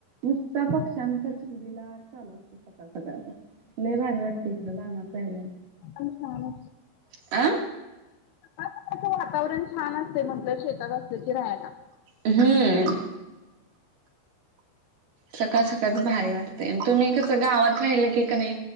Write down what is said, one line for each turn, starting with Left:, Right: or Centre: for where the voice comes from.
Right: नुसता पक्ष्यांचा किलबिलाट चालू सकाळ सकाळचा लई भारी वाटत तिकडं रानात राहिल्याल.
Left: पण छान
Right: आ?
Left: हा सकाळचं वातावरण छान असतंय म्हटलं शेतात असलं की राहायला.
Right: हम्म. सकाळ सकाळच भारी वाटते आणि तुम्ही कसं गावात राहिलं की क नाय